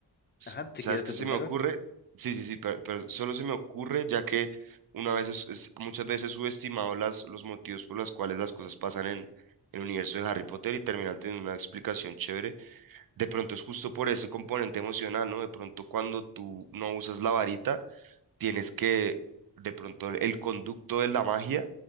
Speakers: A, on the right; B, on the left.
A: s-
B: ajá, si
A: ¿sabes
B: quieres
A: qué
B: tú
A: se
B: primero.
A: me ocurre? Sí, sí, sí, pero, solo se me ocurre ya que una vez es, es- muchas veces subestimado las, los motivos por los cuales las cosas pasan en el universo de Harry Potter y terminan teniendo una explicación chévere. De pronto es justo por ese componente emocional, ¿no? De pronto cuando tú no usas la varita, tienes que, de pronto el conducto de la magia